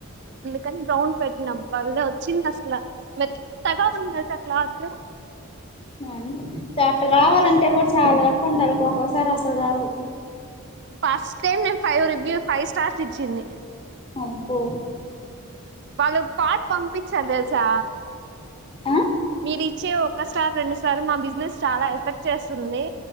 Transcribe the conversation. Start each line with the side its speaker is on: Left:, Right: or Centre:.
Right: కాని బ్రౌన్ పెట్టినాం భల్లే వచ్చింది అసలు మెత్తగా ఉంది అయితే క్లాత్
Left: ఆహ్ అట్ట రావాలంటే కూడా చాలా లక్ ఉండాల ఒక్కొసారి అసలు రావు
Right: ఫస్ట్ టైమ్ నేను ఫైవ్ రివ్యూ ఫైవ్ స్టార్స్ ఇచ్చింది
Left: అబ్బో
Right: వాళ్ళు పాట్ పంపించిరు తెల్సా
Left: ఆ
Right: మీరు వచ్చే ఒకస్టార్ రెండుస్టార్ మా బిజినెస్ చాలా ఎఫెక్ట్ చేస్తుంది.